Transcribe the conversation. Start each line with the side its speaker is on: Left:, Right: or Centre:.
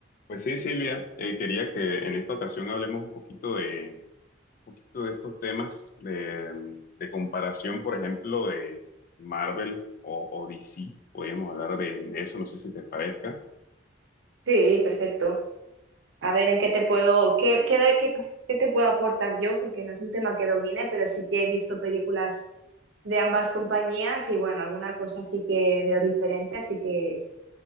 Left: Pues sí, Silvia, eh, quería que en esta ocasión hablemos un poquito de, un poquito de estos temas de, mm, de comparación, por ejemplo, de Marvel o, o DC. Podríamos hablar de, de eso, no sé si te parezca.
Right: Sí, perfecto. A ver, ¿en qué te puedo, qué, qué, qué- qué te puedo aportar yo? Porque no es un tema que domine, pero sí que he visto películas de ambas compañías y bueno, alguna cosa sí que veo diferente, así que